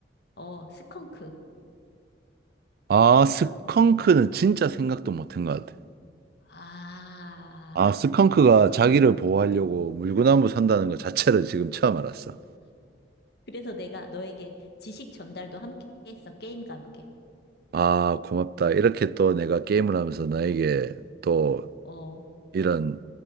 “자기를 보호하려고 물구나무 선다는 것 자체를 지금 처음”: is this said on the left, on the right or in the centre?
Right